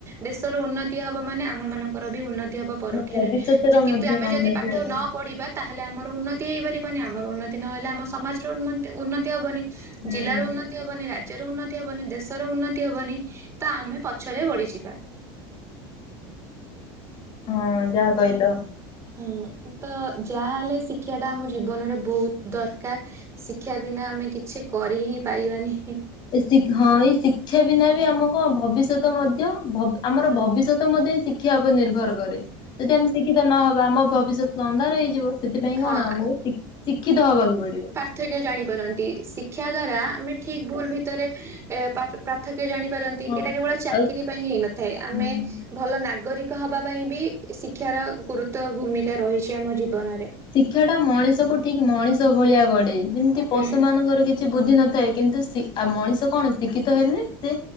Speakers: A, on the right; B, on the left.
A: ଦେଶର ଉନ୍ନତି ହବ ମାନେ ଆମ ମାନଙ୍କର ବି ଉନ୍ନତି ହବ। ପରୋକ୍ଷରେ
B: ଆମ ଭବିଷ୍ୟତର
A: କିନ୍ତୁ
B: ମଧ୍ୟ
A: ଆମେ
B: ଉନ୍ନତି
A: ଯଦି ପାଠ
B: ହବ।
A: ନ ପଢିବା ତା ହେଲେ ଆମର ଉନ୍ନତି ହେଇପାରିବନି ଆମର ଉନ୍ନତି ନହେଲେ ଆମ ସମାଜର ଉନମତୀ-ଉନ୍ନତି ହେବନି।
B: ହୁଁ
A: ଜିଲ୍ଲାର ଉନ୍ନତି ହବନି ରାଜ୍ୟର ଉନ୍ନତି ହବନି ଦେଶର ଉନ୍ନତି ହବନି ତ ଆମେ ପଛରେ ବଢିଯିବା।
B: ହଁ ଯାହା କହିଲ।
A: ହୁଁ ତ ଯାହାହେଲେ ଶିକ୍ଷା ଟା ଆମ ଜୀବନରେ ବହୁତ ଦରକାର। ଶିକ୍ଷା ବିନା ଆମେ କିଛି କରି ହିଁ ପାରିବାନି।
B: ଏ ହଁ ଏଇ ଶିକ୍ଷା ବିନା ବି ଆମ ଭବିଷ୍ୟତ ମଧ୍ୟ ଆମର
A: ହଁ
B: ଭବିଷ୍ୟତ ତ ମଧ୍ୟେ ଶିକ୍ଷା ଉପରେ ନିର୍ଭର କରେ ଯଦି ଆମେ ଶିକ୍ଷିତ ନହବା ଆମ ଭବିଷ୍ୟତ ଅନ୍ଧା ର ହେଇଯିବ। ସେଥିପାଇଁ
A: ହଁ
B: କଣ ଆମକୁ ଶିଖି-ଶିକ୍ଷିତ ହବାକୁ ପଡିବ।
A: ପୃଥକ ଜାଣିପାରନ୍ତି ଶିକ୍ଷା ଦ୍ଵାରା ଆମେ ଠିକ ଭୁଲ ଭିତରେ ଏ ପାର-ପାର୍ଥକ୍ୟ ଜାଣି ପାରନ୍ତି
B: ହଁ
A: ଏଇଟା କେବଳ ଚାକିରୀ
B: ଆଉ
A: ପାଇଁ ହେଇନଥାଏ ଆମେ
B: ହୁଁ।
A: ଭଲ ନାଗରିକ ହବା ପାଇଁ ବି ଶିକ୍ଷାର ଗୁରୁତ୍ଵ ଭୂମିକା ରହିଛି ଆମ ଜୀବନରେ।
B: ଶିକ୍ଷଟା ମଣିଷ କୁ ଠିକ ମଣିଷ ଭଳିଆ ଗଢେ ଯେମିତି ପଶୁ
A: ହୁଁ
B: ମାନଙ୍କର କିଛି ସେ ବୁଦ୍ଧି ନଥାଏ କିନ୍ତୁ ମଣିଷ କଣ ଶିକ୍ଷିତ ହେଲେ ସେ